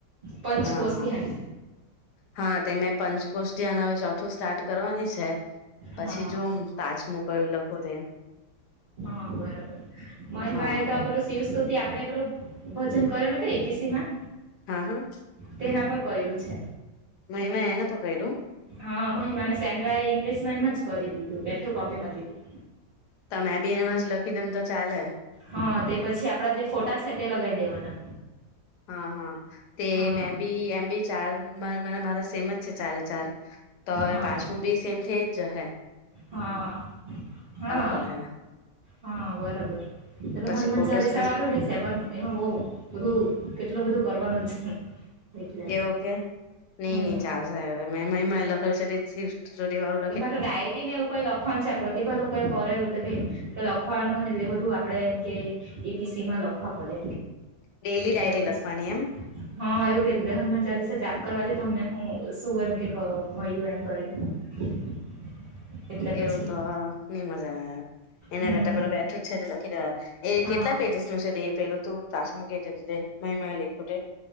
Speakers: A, on the right; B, on the left.
A: પંચકોષ
B: હા હા.
A: ધ્યાન.
B: હા તેમે પંચકોષ ધ્યાન હવે ચોથું સ્ટાર્ટ કરવાની છે પછી
A: હા.
B: જો પાંચ મુ કયું લખું તે.
A: હ બરાબર મહિમા
B: હા
A: એ તો પે શિવસ્તથી આપડે પેલું ભજન કરેલું હત ઈપીસી માં.
B: હા હા.
A: તેના પર કરેલુ છે.
B: મહિમા એને તો કર્યું.
A: હા હને સેન્ડ્રા એ ઈંગ્લિશમાં એમાં જ કરી દીધું બેઠું કોપીમાં લીધું.
B: તમે બી એનમાં જ લખી દમ તો ચાલે
A: હા તે પછી આપડા જે ફોટા છે તે લગાવી દેવાના
B: હા હા તે
A: હા
B: મેં બી એમ બી ચાર મારા સેમ જ છે ચારે ચાર તો હવે
A: હા
B: પાચમું બી સેમ થઈ જ જશે.
A: હા હા.
B: પર હે
A: હા બરાબર એેલે
B: પછી
A: હનુમાન
B: ફોટોસ
A: ચાલીસા વાળું બી છે પણ એમાં બઉ બધું કેટલું બધું કરવાનું જ છે એટલે
B: એવું કે નહી
A: હમ
B: નઈ ચાલશે લખલ વા
A: એ મારો ડાયીડ એને એવું કંઈ લખવાનું છે પ્રતિભા લોકોએ કરેલું તો કંઈ કે લખવાનું ને એ બધું આપણે એમ કે એ પીસીમાં લખવા પડે
B: ડેલી
A: એટલે
B: ડાયરી
A: પછી
B: લખવાની એમ.
A: હા એવું ક રીતે હનુમાન ચાલીસા જાપ કરવાથી તમને હું શું એમ કે્યું એમ કરીને <inaudible> એટલે પછી
B: એવું તો નઈ મજા એના
A: હમ
B: કરતા પેલ બેઠું જ છે લખી દેવા એ
A: હા
B: કેટલા પેજસ નું છે એ પેલું ત તો તાાસમ કે છે મહીં મે લેખ્યું છે.